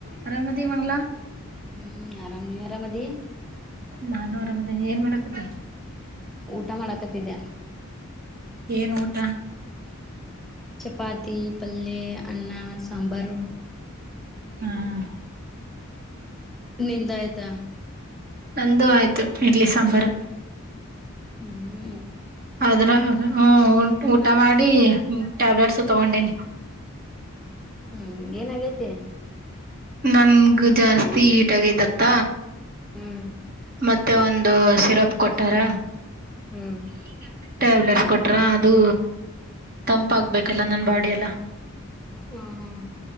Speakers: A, on the right; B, in the centre.
A: <inaudible> ಅರಾಮದಿ ಮಂಗಲಾ
B: ಹ್ಮ್ ಆರಾಮ ನೀ ಆರಾಮದ
A: ನಾನ ಆರಾಮದೇ ಏನ್ ಮಾಡಾಕತ್ತ
B: ಊಟ ಮಾಡಾಕತ್ತಿದ್ದೆ
A: ಏನ್ ಊಟ
B: ಚಪಾತಿ ಪಲ್ಲಿ ಅನ್ನ ಸಾಂಬಾರು
A: ಹ್ಮ್ ಹ್ಮ್
B: ನಿಂದ ಆಯ್ತಾ
A: ನಂದು ಆಯ್ತು ಇಡ್ಲಿ ಸಾಂಬಾರ
B: ಹ್ಮ್
A: ಅದ್ರ ಹ್ಮ ಊಟ ಮಾಡಿ ಟ್ಯಾಬ್ಲೆಟ್ಸ್ ತಗೊಂಡನಿ
B: ಹ್ಮ್ ಏನಾಗೇತಿ
A: ನನ್ಗ ಜಾಸ್ತಿ ಈಟಾಗೈತತ್ತ
B: ಹ್ಮ್
A: ಮತ್ತೆ ಒಂದು ಸಿರಪ್ ಕೊಟ್ಟಾರ
B: ಹ್ಮ್
A: ಕೆಂತ <unintelligible> ಟ್ಯಾಬ್ಲೆಟ್ಸ್ ಕೊಟ್ರ ಅದು ತಂಪ ಆಗಬೇಕಲ್ಲ ನನ್ ಬಾಡಿ ಎಲ್ಲ
B: ಹ್ಮ್ ಹ್ಮ್ ಹ್ಮ್